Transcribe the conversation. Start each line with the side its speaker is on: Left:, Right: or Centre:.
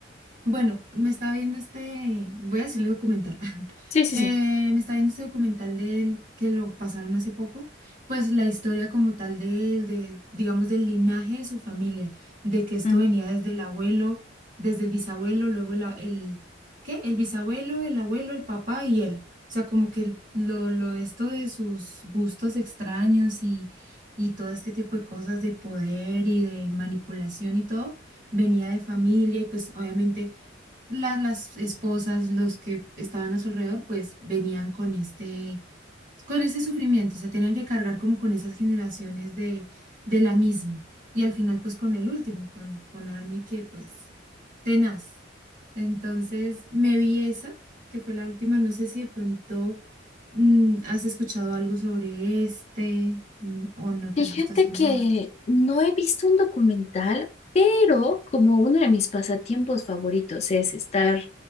Right: Bueno, me está viendo este, voy a decirle documental.
Left: Sí, sí,
Right: Eh,
Left: sí.
Right: me está viendo este documental de él que lo pasaron hace poco, pues la historia como tal de él, de, digamos, del linaje de su familia, de que
Left: ujú.
Right: esto venía desde el abuelo, desde el bisabuelo, luego el, a- el ¿qué? El bisabuelo, el abuelo, el papá y él. O sea, como que el- lo, lo de esto de sus gustos extraños y, y todo este tipo de cosas de poder y de manipulación y todo, venía de familia y pues obviamente la- las esposas, los que estaban a su alrededor, pues venían con este, con ese sufrimiento, o sea, tenían que cargar como con esas generaciones de, de la misma. Y al final, pues con el último, con, con Army, que pues tenaz. Entonces, me vi esa, que fue la última, no sé si de pronto mm, has escuchado algo sobre este mm, o no te
Left: Fíjate
Right: has visto así nada.
Left: que no he visto un documental, pero como uno de mis pasatiempos favoritos es estar